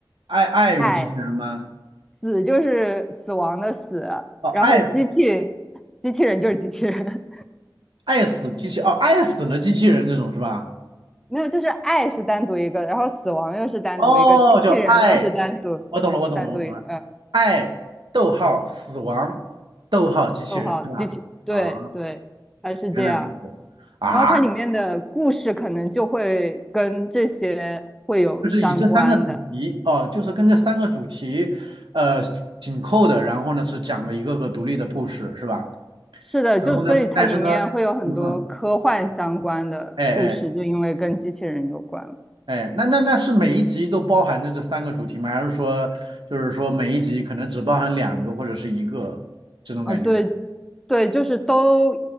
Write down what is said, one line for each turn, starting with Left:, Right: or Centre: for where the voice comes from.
Right: 爱爱与机器人吗？
Centre: 爱，死就是死亡的死，
Right: 哦，
Centre: 然后机器
Right: 爱
Centre: 机器人就是机器人。
Right: 爱死机器哦，爱死了机器人这种是吧？
Centre: 没有，就是爱是单独一个，然后死亡又是单独一个，
Right: 哦，
Centre: 机器人又是单独单独一个，
Right: 叫爱。我懂了，我懂了，我懂了。
Centre: 嗯，
Right: 爱，逗号，死亡，逗号，机器人是吧？
Centre: 逗号机器，对对，
Right: 啊，
Centre: 它是这样。
Right: 原来如此啊，
Centre: 然后它里面的故事可能就会跟这些会有相关的。
Right: 就是以这三个主题哦，就是跟这三个主题呃紧扣的，然后呢是讲了一个个独立的故事是吧？
Centre: 是的，
Right: 然后呢，
Centre: 就所以它里面会有很多科幻相关的故事，
Right: 但是呢，嗯嗯，哎哎
Centre: 就因为跟机器人有关嘛。
Right: 哎，那那那是每一集都包含着这三个主题吗？还是说就是说每一集可能只包含两个或者是一个这种感觉？
Centre: 啊，对，对，就是都